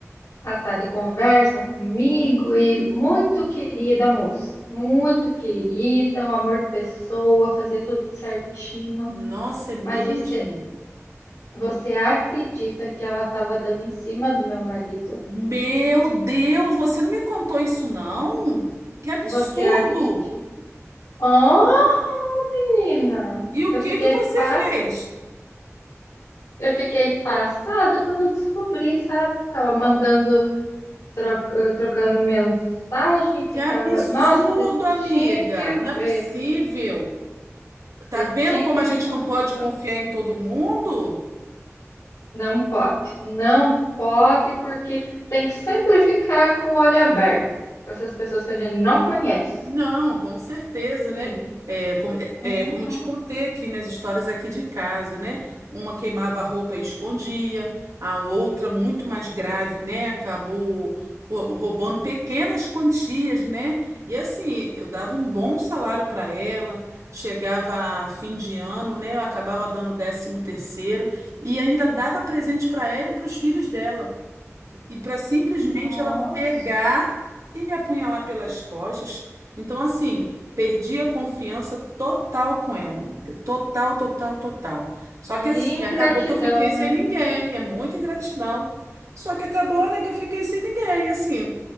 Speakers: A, on the left (about 80°); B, on the right (about 80°).
A: a estar de conversa comigo e muito querida a moça, muito querida, um amor de pessoa, fazia tudo certinho,
B: nossa, é mesmo?
A: mas você Você acredita que ela estava dando em cima do meu marido?
B: Meu Deus, você não me contou isso, não? Que absurdo!
A: Você acredita? Oh, menina!
B: E o
A: Eu
B: que
A: fiquei
B: que você
A: pass...
B: fez?
A: eu fiquei passada quando eu descobri, sabe? Ficava mandando, tro- eh, trocando mensagem, ficava.
B: Que absurdo,
A: Nossa, você
B: amiga!
A: tinha que
B: Não é possível.
A: ver. Você
B: Tá vendo
A: tinha
B: como
A: que
B: a
A: ver
B: gente
A: como
B: não pode
A: que foi.
B: confiar em todo mundo?
A: Não pode. Não pode, porque tem que sempre ficar com o olho aberto com essas pessoas que a gente não conhece.
B: Não, com certeza, né?
A: Sim.
B: É, como, é,
A: Uhum.
B: é, como eu te contei aqui nas histórias aqui de casa, né? Uma queimava a roupa e escondia, a outra, muito mais grave, né? Acabou rou- roubando pequenas quantias, né? E assim, eu dava um bom salário para ela, chegava a fim de ano, né? Eu acabava dando décimo terceiro e ainda dava presente para ela e para os filhos dela e para simplesmente
A: Nossa,
B: ela pegar e me apunhalar pelas costas. Então, assim, perdi a confiança total com ela, amiga. Total, total, total. Só
A: que
B: que assim,
A: ingratidão,
B: acabou que eu fiquei
A: né?
B: sem ninguém. É muita ingratidão. Só que acabou, né, que eu fiquei sem ninguém. E assim,